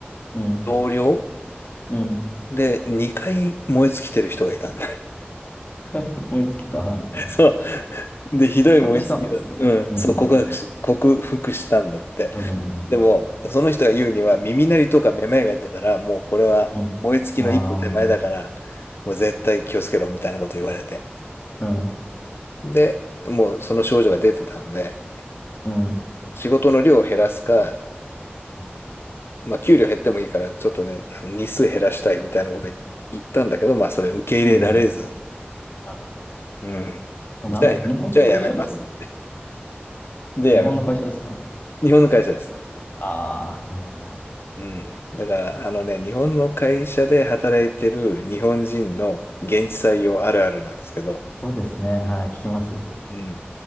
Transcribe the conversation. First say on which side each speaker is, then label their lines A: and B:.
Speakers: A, on the left (about 45°); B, on the left (about 70°).
A: うん、
B: 同僚
A: うん。
B: で2回燃え尽きてる人がいたん
A: はい、思いつきた。はい、
B: そう。
A: はい。
B: で、ひどい燃え尽きだ。
A: 復活したの、すごい。
B: うん。
A: うん、
B: そう、
A: うん、
B: 告白し、克服したんだって。
A: うん、うん。
B: でも、その人が言うには、耳鳴りとかめまいが出たら、
A: う
B: もうこれは燃え尽きの一歩手前だから、
A: ん、うん。うんああー、
B: もう絶対気をつけろみたいなこと言われて。
A: うん、
B: で、もうその症状が出てたので、
A: うん、うん、
B: 仕事の量を減らすか、
A: うん。
B: まあ、給料減ってもいいから、ちょっとね、あの日数減らしたいみたいなこと言ったんだけど、まあ、それ受け入れられず、
A: うんうんなるほど。
B: うん。
A: なん、
B: じゃあ、
A: 日本の会社ですか
B: じゃあやめます。で、やめます。
A: 日本の会社ですか
B: 日本の会社です。
A: ああー、そうなんだ。
B: うん。だから、あのね、日本の会社で働いてる日本人の現地採用あるあるなんですけど、
A: そうですね。はい、聞きます。
B: うん。